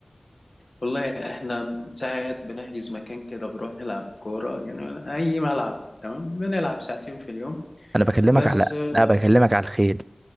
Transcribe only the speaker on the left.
والله احنا ساعات بنحجز مكان كده بنروح نلعب كوره يعني اي ملعب تمام بنلعب ساعتين في اليوم
بس
آه،